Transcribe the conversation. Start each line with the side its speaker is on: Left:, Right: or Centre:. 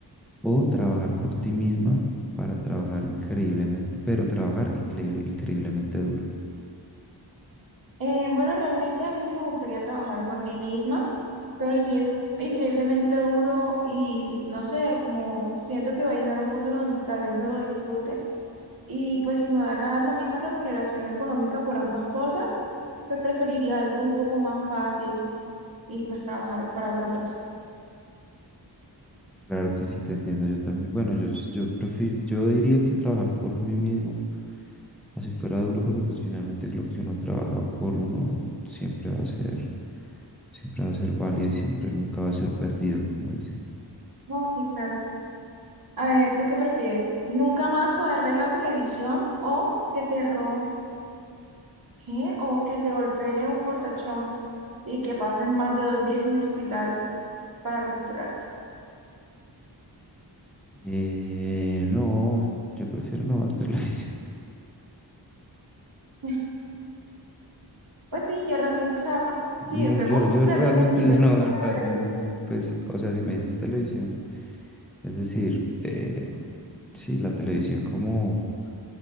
Centre: o trabajar por ti misma para trabajar increíblemente, pero trabajar incre- increíblemente duro.
Right: Eh, bueno, realmente a mí sí me gustaría trabajar por mí misma, pero sí es increíblemente duro y no sé, como siento que va a llegar un punto donde tal vez no lo disfrute. Y pues si me van a dar la misma remuneración económica por ambas cosas, pues preferiría algo un poco más fácil y pues trabajar para otra persona.
Centre: Claro que sí, te entiendo. Yo también, bueno, yo, yo prefiero, yo diría que trabajar por mí mismo, así fuera duro, porque pues finalmente lo que uno trabaja por uno siempre va a ser, siempre va a ser válido y siempre nunca va a ser perdido, como dicen.
Right: No, sí, claro. A ver, ¿tú qué prefieres? ¿Nunca más poder ver la televisión o que te rom ¿qué? o que te golpee un fortachón y que pasen más de dos días en el hospital para recuperarte?
Centre: Eh, no, yo prefiero no ver televisión. <laughs>
Right: <laughs> Pues sí, yo realmente, o sea, si
Centre: No,
Right: vemos,
Centre: yo, yo
Right: tel-
Centre: realmente
Right: o sea, si vemos
Centre: ya <laughs> no veo
Right: toda
Centre: realmente,
Right: la
Centre: tenis, pues, o sea, si me dices televisión, es decir, eh, sí, la televisión como,